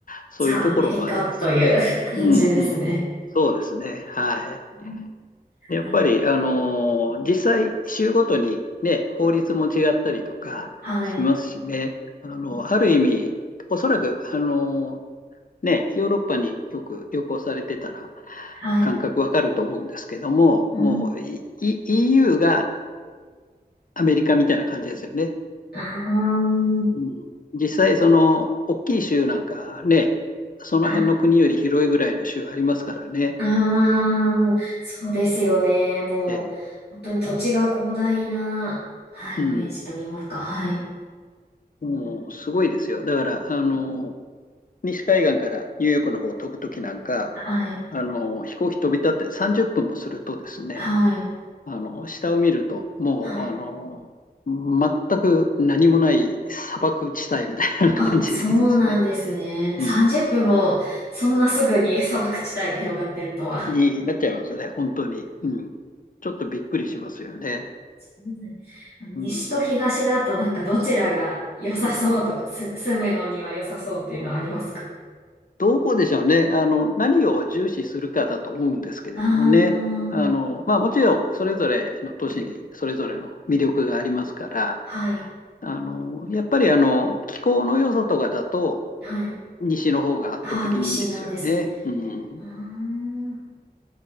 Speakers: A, on the left; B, on the left.
A: そういうところもありますしね。
B: ザ・アメリカという <laughs> 感じですね。
A: うんうん。そうですね。はい。
B: うん
A: でやっぱり、
B: あの
A: あの、実際、州ごとにね、法律も違ったりとかしますしね。
B: はい。
A: あの、
B: うん
A: ある意味、おそらく、あの、ね、ヨーロッパによく旅行されてたら、
B: はい。
A: 感覚わかると思うんですけども、
B: うん。
A: もういい EU がアメリカみたいな感じですよね。
B: あー、
A: うん、実際、その大きい州なんかね、その辺の国より広いぐらいの州ありますからね。
B: はいあー、そうですよね。もう、
A: ええ
B: 本当に土地が広大な、はい、
A: うん、
B: イメージと言いますか。はい。
A: もうすごいですよ。だから、あの、西海岸からニューヨークの方を飛ぶときなんか、
B: はい。
A: あの、飛行機飛び立って30分もするとですね、
B: はい。
A: あの、下を見ると、もう、
B: はい。
A: あの、全く何もない砂漠地帯みたいな感じでですね、
B: あ、そうなんですね。
A: うん、
B: 30分も、そんなすぐに砂漠地帯が広がってるとは。
A: になっちゃいますね、本当に。うん。ちょっとびっくりしますよね。
B: うん
A: うん。
B: 西と東だとなんかどちらが良さそうとか、す、住むのには良さそうっていうのはありますか
A: どこでしょうね。あの、何を重視するかだと思うんですけれどもね。
B: ああー、
A: あの、まあもちろん、それぞれの都市にそれぞれの魅力がありますから、
B: はい、
A: あの、やっぱりあの、気候の良さとかだと、
B: はい。
A: 西の方が圧倒的にいいですよね。
B: ああ、西なんですね。
A: うん。
B: うーん、う